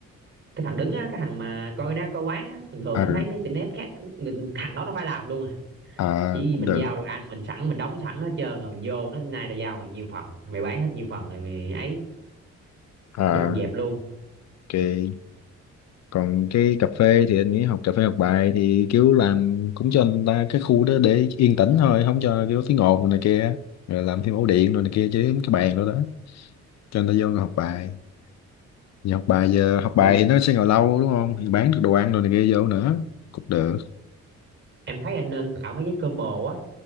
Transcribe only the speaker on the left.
à,
à
cũng
được
à
ok còn cái cà phê thì anh nghĩ học cà phê học bài thì kiểu làm cũng cho người ta cái khu đó để yên tĩnh thôi không cho kiểu tiếng ồn này kia rồi làm thêm ổ điện rồi này kia chứ cái bàn đó đó cho người ta vô ngồi học bài Vì học bài giờ học bài
thì nó sẽ ngồi lâu đúng không? Thì bán được đồ ăn đồ này kia vô nữa cũng được.